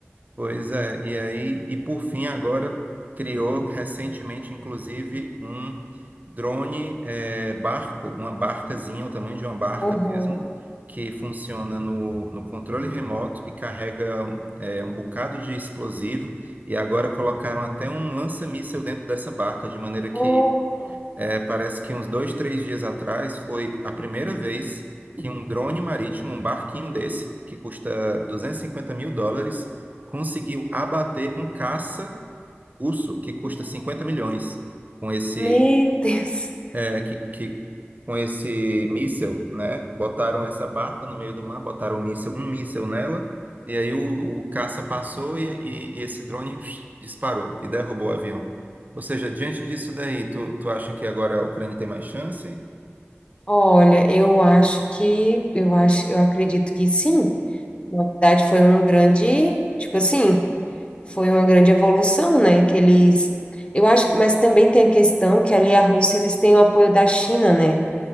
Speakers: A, on the right; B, on the left.
A: Pois é, e aí, e por fim, agora criou recentemente, inclusive, um drone é, barco, uma barcazinha, o tamanho de uma barca
B: Aham.
A: mesmo, que funciona no, no controle remoto e carrega um, é, um bocado de explosivo. E agora colocaram até um lança-míssil dentro dessa barca, de maneira que
B: Porra.
A: é, parece que uns dois, três dias atrás foi a primeira vez que um drone marítimo, um barquinho desse, que custa 250 mil dólares, conseguiu abater um caça russo que custa
B: Nossa.
A: 50 milhões. Com esse
B: Meu Deus.
A: né, que, que com esse míssel, né, botaram essa barca no meio do mar, botaram um míssel, um míssel nela, e aí o, o caça passou e, e- e esse drone <sniffs> disparou e derrubou o avião. Ou seja, diante disso daí, tu, tu acha que agora a Ucrânia tem mais chance?
B: Olha, eu acho que eu acho, eu acredito que sim. Na verdade, foi um grande, tipo assim, foi uma grande evolução, né? Que eles, eu acho, mas também tem a questão que ali a Rússia eles têm o apoio da China, né?